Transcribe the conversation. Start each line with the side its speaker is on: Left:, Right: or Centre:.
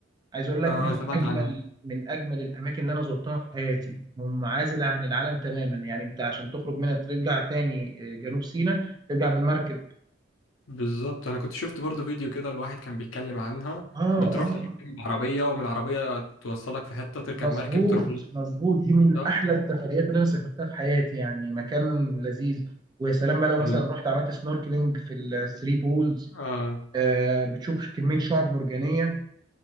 Right: عايز اقول لك
Left: اه
Right: من
Left: سمعت
Right: اجمل
Left: عنها
Right: من اجمل الاماكن اللي انا زرتها في حياتي منعزله عن العالم تماما يعني انت عشان تخرج منها ترجع تاني آه، جنوب سيناء ترجع بالمركب
Left: بالظبط انا كنت شفت برضو فيديو كده الواحد كان بيتكلم عنها
Right: اه
Left: بتروح
Right: اه
Left: تركب العربيه ومن العربيه توصلك في حته تركب
Right: مظبوط
Left: مركب تروح لها
Right: مظبوط دي من
Left: ده
Right: احلى السفريات اللي انا سافرتها في حياتي يعني مكان لذيذ ويا سلام بقى لو
Left: من...
Right: مثلا رحت عملت سنوركلينج في الثري بولز
Left: آه.
Right: آه بتشوف كميه شعاب مرجانيه